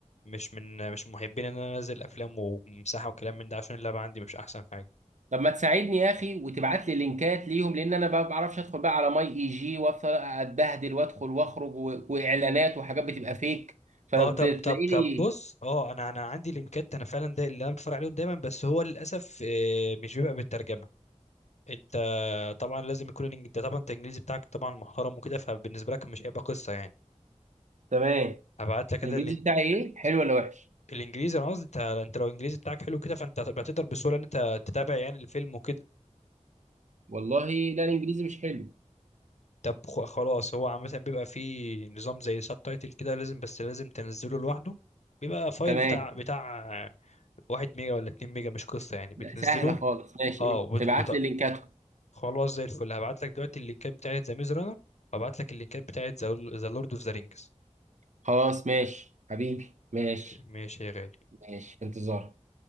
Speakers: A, on the left; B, on the right.
A: مش من مش محبين ان انا انزل افلام ومساحة وكلام من ده عشان اللعبة عندي مش احسن حاجة
B: طب ما تساعدني يا اخي وتبعت لي لينكات ليهم لان انا بقى ما بعرفش ادخل بقى على ماي اي جي وافضل اتبهدل وادخل واخرج و... واعلانات وحاجات بتبقى فيك فلو
A: اه طب
B: ت- تلاقي
A: طب طب
B: لي
A: بص اه انا انا عندي لينكات انا فعلا ده اللي انا بتفرج عليهم دايما بس هو للاسف آه، مش بيبقى بالترجمة انت طبعا لازم يكون الإنج- انت طبعا انت الانجليزي بتاعك طبعا محترم وكده فبالنسبة لك مش هيبقى قصة يعني
B: تمام
A: ابعت لك
B: الانجليزي
A: انا اللينك
B: بتاعي ايه حلو ولا وحش
A: الانجليزي انا قصدي انت انت لو الانجليزي بتاعك حلو كده فانت هتبقى تقدر بسهوله ان انت تتابع يعني الفيلم وكده
B: والله لا الانجليزي مش حلو
A: طب خ- خلاص هو عامه بيبقى فيه نظام زي سب تايتل كده لازم بس لازم تنزله لوحده بيبقى فايل
B: تمام
A: بتاع بتاع واحد ميجا ولا اتنين ميجا مش قصه يعني بتنزله
B: لا سهلة خالص ماشي
A: اه وبت...
B: ابعت
A: وبت...
B: لي لينكاتهم
A: خلاص زي الفل هبعت لك دلوقتي اللينكات بتاعت ذا ميز رانر وابعت لك اللينكات بتاعت ذا لورد اوف ذا رينجز
B: خلاص ماشي حبيبي ماشي
A: ماشي يا غالي
B: ماشي في انتظارك